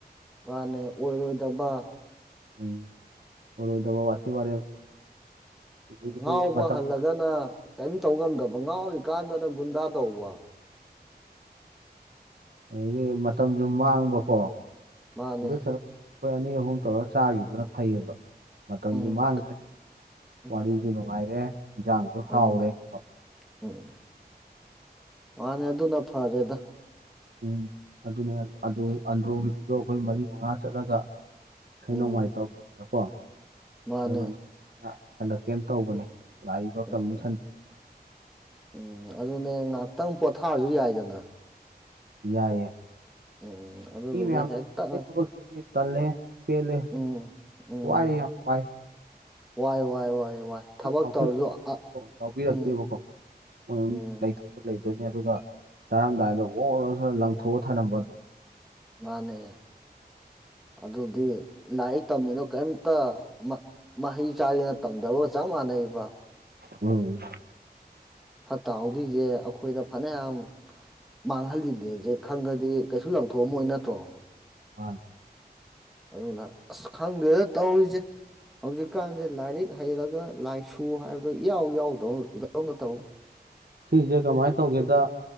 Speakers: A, in the centre; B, on the right.
A: ꯃꯥꯅꯦ ꯑꯣꯏꯔꯣꯏꯗꯕ
B: ꯎꯝ ꯑꯣꯏꯔꯣꯏꯗꯕ ꯋꯥꯔꯦꯝ ꯑꯗꯒꯤꯗꯤ
A: ꯉꯧꯕ
B: ꯃꯇꯝ
A: ꯍꯜꯂꯘ ꯒꯟꯅ ꯀꯩꯝ ꯇꯧ ꯉꯝꯗꯕ ꯉꯥꯎꯔꯤꯀꯥꯟꯗꯅ ꯒꯨꯟꯗꯥ ꯇꯧꯕ
B: ꯑꯔꯩꯌꯤ ꯃꯇꯝꯁꯨ ꯃꯥꯡꯕꯀꯣ
A: ꯃꯥꯅꯦ
B: ꯑꯗꯨ ꯁꯔꯨꯛ ꯈꯣꯏ ꯑꯅꯤ ꯑꯍꯨꯝ ꯇꯧꯔꯒ ꯆꯥꯈꯤꯕꯗꯨꯅ ꯐꯩꯌꯦꯕ ꯃꯇꯝꯖꯨ
A: ꯎꯝ
B: ꯃꯥꯡꯗ꯭ꯔꯦ
A: ꯎꯝ
B: ꯋꯥꯔꯤꯖꯨ ꯅꯨꯡꯉꯥꯏꯔꯦ ꯏꯟꯖꯥꯡ
A: ꯑꯗꯨꯅꯦ
B: ꯍꯧꯔꯦ ꯀꯣ
A: ꯎꯝ ꯃꯥꯅꯤ ꯑꯗꯨꯅ ꯐꯔꯦꯗ
B: ꯎꯝ ꯑꯗꯨꯅꯦ ꯑ ꯑꯗꯨ ꯑꯟꯗ꯭ꯔꯣꯒꯤꯗꯨꯁꯨ ꯑꯩꯈꯣꯏ ꯃꯔꯤ ꯃꯉꯥ ꯆꯠꯂꯒ ꯁꯣꯏ
A: ꯎꯝ
B: ꯅꯣꯡꯃꯥꯏ ꯇꯧꯗꯀꯣ
A: ꯃꯥꯅꯦ
B: ꯑꯔꯨꯒ ꯑꯌ ꯍꯟꯗꯛꯀꯦꯅ ꯇꯧꯕꯅꯦ ꯂꯥꯛꯏꯕ
A: ꯎꯝ
B: ꯀꯃꯤꯁꯟ
A: ꯎꯝ ꯑꯗꯨꯅꯦ ꯉꯥꯍꯛꯇꯪ ꯄꯣꯊꯥꯔꯖꯨ ꯌꯥꯏꯗꯅ
B: ꯌꯥꯌꯦ
A: ꯎꯝ ꯑꯗꯨꯗꯨꯒ
B: ꯃꯤ ꯃꯌꯥꯝ
A: ꯍꯦꯛꯇ
B: ꯅꯍ ꯈꯑꯣꯏ ꯊꯕꯛ ꯗꯤ ꯇꯜꯂꯦ ꯄꯦꯜꯂꯦ
A: ꯎꯝ ꯎꯝ
B: ꯋꯥꯏꯌꯦꯌꯥꯝ ꯋꯥꯏ
A: ꯋꯥꯏ ꯋꯥꯏ ꯋꯥꯏꯦ ꯋꯥꯏ ꯊꯕꯛ
B: ꯈꯛ ꯉꯧꯁꯤꯂꯛ
A: ꯇꯧꯔꯁꯨ
B: ꯊꯛ
A: ꯑ
B: ꯌꯧꯕꯤꯔꯛꯇꯦꯕꯀꯣ
A: ꯎꯝ
B: ꯑꯝ
A: ꯎꯝ
B: ꯂꯩꯊꯣꯛ ꯂꯩꯗꯣꯏꯅꯦꯑꯗꯨꯒ ꯆꯥꯔꯝꯗꯥꯏꯗ ꯑꯣꯔꯥ ꯂꯪꯊꯣꯛꯑ ꯊꯥꯅꯝꯕ ꯑꯗꯨ
A: ꯃꯥꯅꯦ ꯑꯗꯨꯗꯤ ꯂꯥꯏꯔꯤꯛ ꯇꯝꯃꯤꯅꯣ ꯀꯩꯝꯇ ꯃꯍꯩ ꯆꯥꯒꯅ ꯇꯝꯗꯕꯒ ꯆꯞ ꯃꯥꯟꯅꯩꯕ
B: ꯎꯝ
A: ꯐꯠꯇ ꯍꯥꯎꯗꯣꯏꯁꯦ ꯑꯩꯈꯣꯏꯗ ꯐꯅꯌꯥꯝ ꯃꯥꯡꯍꯜꯂꯤꯅꯦꯁꯦ ꯈꯪꯒꯗꯤ ꯀꯩꯁꯨ ꯂꯪꯊꯣꯛꯑꯝꯃꯣꯏ ꯅꯠꯇ꯭ꯔꯣ
B: ꯍ
A: ꯑꯗꯨꯅ ꯑꯁ ꯈꯪꯗꯦꯗ ꯇꯧꯔꯤꯁꯦ ꯍꯧꯖꯤꯛꯀꯥꯟꯁꯦ ꯂꯥꯏꯔꯤꯛ ꯍꯩꯔꯒ ꯂꯥꯏꯁꯨ ꯍꯥꯏꯕꯗꯣ ꯏꯌꯥꯎ ꯌꯥꯎꯗꯧꯅꯗꯧꯅ ꯇꯧꯋ
B: ꯁꯤꯁꯦ ꯀꯃꯥꯏꯅ ꯇꯧꯒꯦꯗ